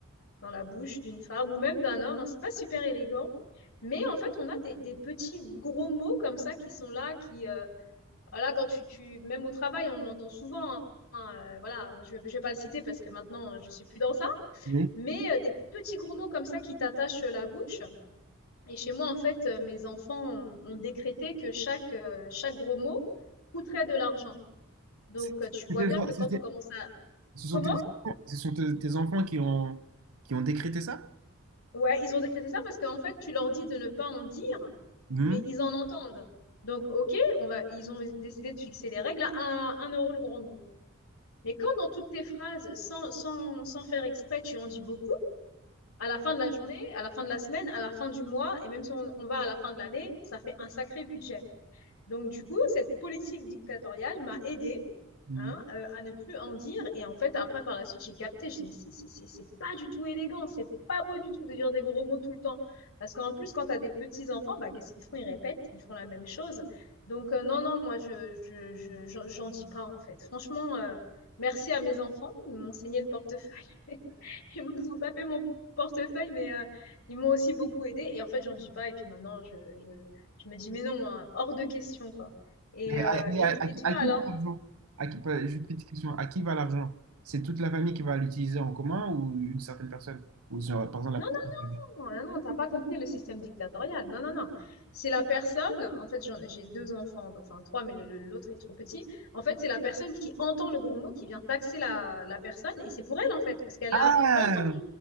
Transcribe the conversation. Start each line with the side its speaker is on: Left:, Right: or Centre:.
Left: dans la bouche d'une femme ou même d'un homme. Hein. C'est pas super élégant. Mais en fait, on a des, des, petits gros mots comme ça qui sont là, qui, euh, voilà, quand tu, tu, même au travail, on entend souvent, hein, hein, euh, voilà, je, je vais pas le citer parce que maintenant, euh, je suis plus dans ça,
Right: Oui.
Left: mais euh, des petits gros mots comme ça qui t'attachent la bouche. Et chez moi, en fait, euh, mes enfants ont, ont décrété que chaque, euh, chaque gros mot coûterait de l'argent. Donc,
Right: C'est-
Left: euh, tu vois
Right: c'est tes
Left: bien
Right: en-
Left: que quand
Right: c'est- c'est-
Left: on commence à,
Right: ce
Left: Comment
Right: sont tes, enfants ce sont te- tes enfants qui ont, qui ont décrété ça?
Left: Ouais, ils ont décrété ça parce qu'en fait, tu leur dis de ne pas en dire
Right: Mhm.
Left: mais ils en entendent. Donc, OK, on va, ils ont décidé de fixer les règles à 1, un euro le grand mot. Mais quand dans toutes tes phrases, sans, sans, sans faire exprès, tu en dis beaucoup, à la fin de la journée, à la fin de la semaine, à la fin du mois, et même si on, on va à la fin de l'année, ça fait un sacré budget. Donc, du coup, cette politique dictatoriale m'a aidée
Right: Mhm.
Left: hein, euh, à ne plus en dire. Et en fait, après, par la suite, j'ai capté. Je dis, mais c'est- c'est c'est- c'est pas du tout élégant, c'est pas beau du tout de dire des gros mots tout le temps. Parce qu'en plus, quand t'as des petits-enfants, bah, qu'est-ce qu'ils font? Ils répètent, ils font la même chose. Donc, euh, non, non, moi, je, je, je- j'en j'en dis pas, en fait. Franchement, euh, merci à mes enfants. Ils m'ont saigné le portefeuille. <laughs> Ils m'ont tapé mon portefeuille, mais euh, ils m'ont aussi beaucoup aidé. Et en fait, j'en dis pas. Et puis maintenant, je, je, je me dis, mais non, hein, hors de question, quoi. Et,
Right: Mais
Left: euh,
Right: à, mais
Left: et,
Right: à-
Left: et
Right: à qui,
Left: toi,
Right: à qui
Left: alors?
Right: va l'argent? À qui- pas- Juste une petite question. À qui va l'argent? C'est toute la famille qui va l'utiliser en commun ou une certaine personne? Ou genre, par exemple,
Left: Non,
Right: la personne.
Left: Non, non, non, t'as pas compris le système dictatorial. Non, non, non. C'est la personne, en fait, j'en- j'ai deux enfants, enfin trois, mais le- le- l'autre est trop petit. En fait, c'est la personne qui entend le gros mot, qui vient taxer la, la personne, et c'est pour elle, en fait, parce qu'elle
Right: Ah!
Left: a entendu.